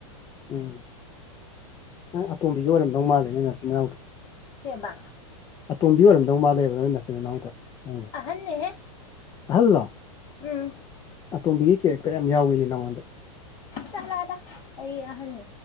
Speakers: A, on the left (about 20°); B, on the left (about 35°).
A: ꯎꯝ ꯅꯪ ꯑꯇꯣꯝꯕꯤꯗꯤ ꯑꯣꯏꯔꯝꯗꯧ ꯃꯥꯜꯂꯦ ꯅꯣꯢ ꯅꯆꯤꯟ ꯅꯅꯥꯎꯗ
B: ꯀꯩꯕꯥ
A: ꯑꯇꯣꯝꯕꯤ ꯑꯣꯏꯔꯝꯗꯧ ꯃꯥꯜꯂꯦꯕ ꯅꯣꯏ ꯅꯆꯤꯟ ꯅꯅꯥꯎꯗ ꯅꯪꯖꯦ
B: ꯑꯍꯟꯅꯦꯍꯦ
A: ꯑꯍꯜꯂꯣ
B: ꯎꯝ
A: ꯑꯇꯣꯝꯕꯤꯒꯤ ꯀꯦꯔꯦꯛꯇꯔ ꯌꯥꯝ ꯌꯥꯎꯋꯤꯅꯦ ꯅꯉꯣꯟꯗ
B: ꯆꯂꯗ ꯑꯩ ꯑꯍꯟꯅꯤ